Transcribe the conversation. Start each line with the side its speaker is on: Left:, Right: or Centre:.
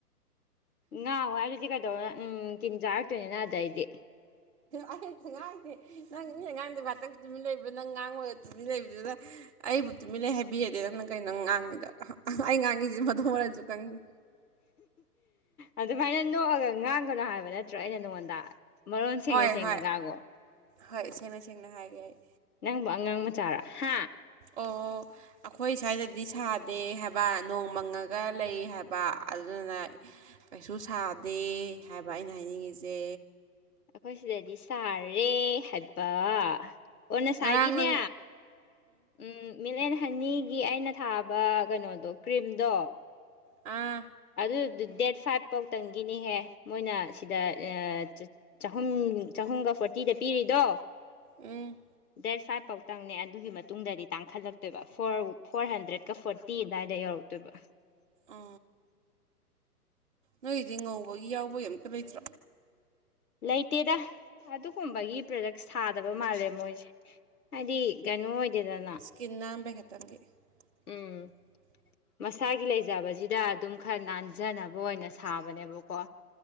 Left: ꯉꯍꯥꯟ ꯍ ꯍꯥꯏ ꯑꯗꯨꯗꯤ ꯎꯟ ꯀꯤꯤꯟ ꯆꯥꯔꯛꯇꯣꯏꯅꯤ ꯅ ꯑꯗꯩꯗꯤ
Right: ꯑꯩ ꯑꯃꯇꯥ ꯉꯥꯡꯗꯦ ꯅꯪ ꯃꯤ ꯑꯉꯥꯡꯗ ꯉꯥꯛꯠꯇꯪ ꯇꯨꯃꯤꯟꯅꯕ ꯅꯪ ꯉꯥꯡꯕꯗ ꯇꯨꯃꯤꯟꯅꯩꯕꯗꯨꯗ ꯑꯩꯕꯨ ꯇꯨꯃꯤꯠ ꯂꯩꯩ ꯍꯥꯏꯕꯤꯔꯗꯤꯦ ꯅꯪꯅ ꯀꯩꯅꯣ ꯉꯥꯡꯉꯤꯗ ꯑꯩ ꯉꯥꯡꯉꯤꯁꯤꯗꯤ ꯃꯊꯣꯡ ꯃꯔꯜꯁꯨ ꯈꯪꯗꯦ
Left: ꯑꯗꯨꯃꯥꯏꯅ ꯅꯣꯛꯑꯒ ꯉꯥꯡꯒꯅꯣ ꯍꯥꯏꯕ ꯅꯠꯇ ꯅꯠꯇ꯭ꯔꯣ ꯑꯩꯅ ꯅꯉꯣꯟꯗ ꯃꯔꯣꯟ ꯁꯦꯡꯉ
Right: ꯍꯣꯏ
Left: ꯁꯦꯡꯅꯒꯒꯣ
Right: ꯍꯣꯏ ꯍꯣꯏ ꯁꯦꯡꯅ ꯁꯦꯡꯅ ꯍꯥꯏꯒꯦ ꯑꯩ
Left: ꯉꯉꯣ ꯅꯪꯕꯨ ꯑꯉꯥꯡ ꯃꯆꯥꯔꯣ ꯍꯥ
Right: ꯑꯣ ꯑꯩꯈꯣꯏ ꯁ꯭ꯋꯥꯏꯗꯗꯤ ꯁꯥꯗꯦ ꯍꯥꯏꯕ ꯅꯣꯡꯃꯪꯉꯒ ꯂꯩ ꯍꯥꯏꯕ ꯑꯗꯨꯗꯨꯅ ꯀꯩꯁꯨ ꯁꯥꯗꯦ ꯍꯥꯏꯕ ꯑꯩꯅ ꯍꯥꯏꯅꯤꯡꯉꯤꯁꯦ
Left: ꯑꯩꯈꯣꯏ ꯁꯤꯗꯗꯤ ꯁꯥꯔꯦ ꯍꯥꯏꯕ ꯑꯣꯟ ꯅꯁꯥꯏꯒꯤꯅꯦ
Right: ꯉꯔꯥꯡ ꯅꯪ
Left: ꯎꯝ ꯃꯤꯜꯛ ꯍꯅꯤꯒꯤ ꯑꯩꯅ ꯊꯥꯕ ꯀꯅꯣꯗꯣ ꯀ꯭ꯔꯤꯝꯗꯣ
Right: ꯑꯥ
Left: ꯑꯗꯨ ꯗꯦꯠ ꯐꯥꯏꯚ ꯐꯥꯎꯇꯪꯒꯤꯅꯤꯍꯦ ꯃꯣꯏꯅ ꯁꯤꯗ ꯑꯦ ꯆꯍꯨꯝ ꯆꯍꯨꯝꯒ ꯐꯣꯔꯇꯤꯗ ꯄꯤꯔꯤꯗꯣ
Right: ꯎꯝ
Left: ꯗꯦꯠ ꯐꯥꯏꯚ ꯐꯥꯎꯇꯪꯅꯦ ꯑꯗꯨꯒꯤ ꯃꯇꯨꯡꯗꯗꯤ ꯇꯥꯡꯈꯠꯂꯛ ꯣꯏ ꯐꯣꯔ ꯐꯣꯔ ꯍꯟꯗ꯭ꯔꯦꯗꯀ ꯐꯣꯔꯇꯤ ꯑꯗꯨꯋꯥꯏꯗ ꯌꯧꯔꯛꯇꯣꯏꯕ
Right: ꯎ ꯅꯣꯏꯗꯤꯦ ꯉꯧꯕꯒꯤ ꯌꯥꯎꯕ ꯑꯝꯇ ꯂꯩꯇ꯭ꯔꯣ
Left: ꯂꯩꯇꯦꯗ ꯑꯗꯨꯒꯨꯝꯕꯒꯤ ꯄ꯭ꯔꯗꯛ ꯁꯥꯗꯕ ꯃꯥꯜꯂꯦ ꯃꯣꯏꯁꯦ ꯍꯥꯏꯗꯤ ꯀꯩꯅꯣ ꯑꯣꯏꯗꯦꯗꯅ
Right: ꯀꯅꯥꯝꯕꯕ ꯈꯇꯪꯒꯦ <inaudible>
Left: ꯎꯝ ꯃꯁꯥꯒꯤ ꯂꯩꯖꯕꯁꯤꯗ ꯑꯗꯨꯝ ꯈꯔ ꯅꯥꯟꯖꯅꯕ ꯑꯣꯏꯅ ꯁꯥꯕꯅꯦꯕꯀꯣ